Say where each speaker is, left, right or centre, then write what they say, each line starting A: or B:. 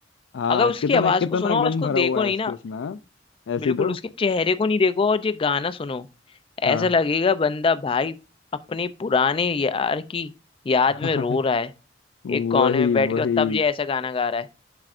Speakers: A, on the left (about 85°); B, on the left (about 30°).
A: हाँ
B: अगर उसकी
A: कितना
B: आवाज
A: कितना
B: को सुनो
A: गम
B: और उसको
A: भरा हुआ
B: देखो
A: है
B: नहीं
A: इसके
B: ना
A: उसमें हाँ? ऐसी
B: बिल्कुल
A: तो
B: उसके चेहरे को नहीं देखो और ये गाना सुनो ऐसा
A: हाँ
B: लगेगा बंदा भाई अपने पुराने यार की याद
A: <laughs>
B: में
A: हाँ
B: रो रहा है एक कोने
A: वही
B: में बैठ
A: वही
B: के और तब ये ऐसा गाना गा रहा है